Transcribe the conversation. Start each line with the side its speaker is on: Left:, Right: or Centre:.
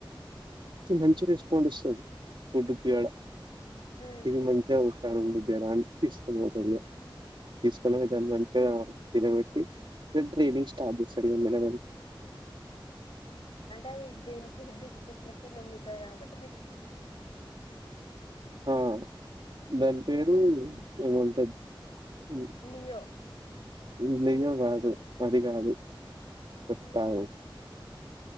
Right: మంచూరి నడుస్తది ఫుడ్ ప్రియుడు
Left: మ్మ్
Right: తిని మంచిగ క జరా ఇసుకు <unintelligible> తీసుకునే విదాన్ని అంటే <unintelligible> నిలబెట్టి ఇంకేదో స్టార్ చేస అడిల
Left: అంటే అది దేనికి బిస్కెట్లకి నొమ్ముతయండి
Right: ఆ
Left: హ్మ్
Right: దాని పేరు ఏమో ఉంటది <inaudible>
Left: లియో
Right: ఇది లియో కాదు అది కాదు చెప్తాగు
Left: హ్మ్.